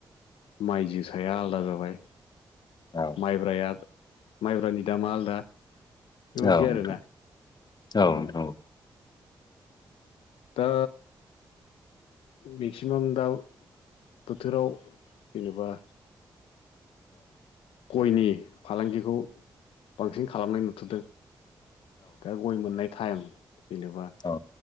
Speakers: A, on the left; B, on the left.
A: माइ जोसाया आलादा जाबाय
B: औ नोंथां औ नोंथां औ नोंथां औ
A: माइब्राया माइब्रानि दामा आलदा। बेबायदि
B: औ नोंथां
A: आरोना
B: औ
A: उम
B: नोंथां औ।
A: दा मेक्सिमाम दा बोथोराव जेनेबा गयनि फालांगिखौ बांसिन खालामनाय नुथदों। दा गय मोननाय टाइम। जेनेबा
B: औ